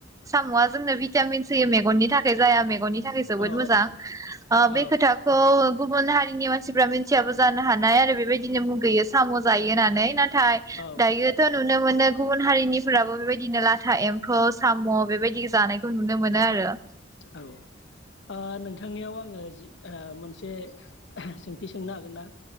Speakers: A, on the right; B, on the left.
A: साम'आ जोंनो भिटामिन्स होयो मेगननि थाखाय जाया मेगननि थाखाय जोबोद
B: औ
A: मोजां ओ बे
B: औ
A: खोथाखौ गुबुन हारिनि मानसिफ्रा मिनथियाबो जानो हानाय आरो बेबायदिनो मुगैयो साम' जायो होननानै ना थाय
B: औ
A: दायो थ' नुनो मोनो गुबुन हारिनिफोराबो बेबादिनो लाथा एम्फौ साम' बेबायदि जानायखौ नुनो मोनो आरो।
B: औ ओ नोंथांनियाव आङो जि ओ मोनसे सोंथि सोंनो हागोन ना?